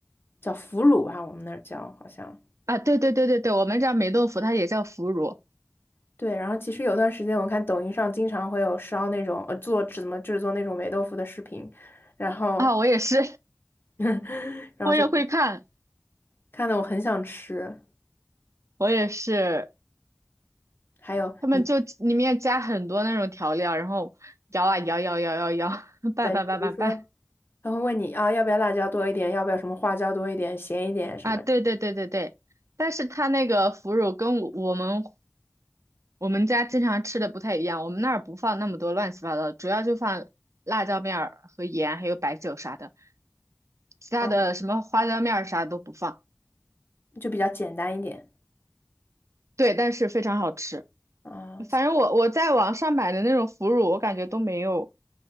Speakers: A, on the left; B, on the right.
A: 叫腐乳吧，我们那儿叫好像。
B: 啊，对对对对对，我们这儿霉豆腐它也叫腐乳
A: 对，然后其实有段时间我看抖音上经常会有烧那种呃做怎么制作那种霉豆腐的视频，然后
B: 啊，我也是，
A: <laughs>
B: <laughs>
A: 然后就
B: 我也会看，
A: 看的我很想吃。
B: 我也是，
A: 还有你
B: 他们就里面加很多那种调料，然后摇啊摇摇摇摇摇，<laughs> 拌拌拌拌拌
A: 对，比如说。他会问你啊，要不要辣椒多一点，要不要什么花椒多一点，咸一点什么，
B: 啊，对对对对对，但是它那个腐乳跟我我们我们家经常吃的不太一样，我们那儿不放那么多乱七八糟的，主要就放辣椒面儿和盐，还有白酒啥的，其他的什么花椒面儿啥都不放，
A: 啊，就比较简单一点
B: 对，但是非常好吃。
A: 啊。其
B: 反正我我在网上买的那种腐乳，我感觉都没有